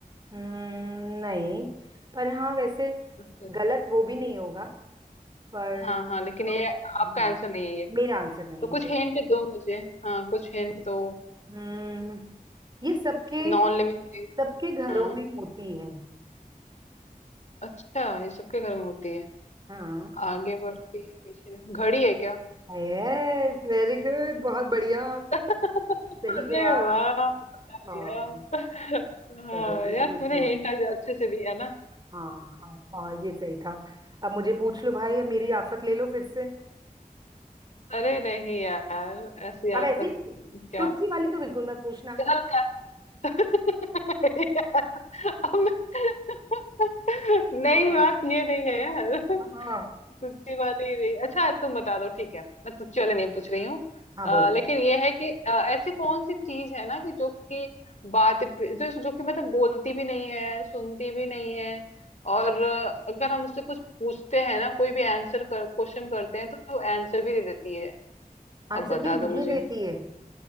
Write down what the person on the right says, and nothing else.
हम्म, नहीं पर हाँ वैसे
गलत वो भी नहीं होगा पर
हम्म,
मेरा आंसर नहीं
है ये।
हम्म ये सबके
सबके घरों
में होती है
हाँ
यस वेरी गुड बहुत बढ़िया
सही
जवाब
हाँ
चलो गुड
गुड
गुड
हाँ हाँ हाँ ये सही था अब मुझे पूछ लो भाई अब मेरी आफत ले लो फिर से
अब
ऐसी
तुच्छी वाली तो बिल्कुल मत पूछना
हाँ
हाँ
हाँ
बोल
आंसर
भी नहीं
देती है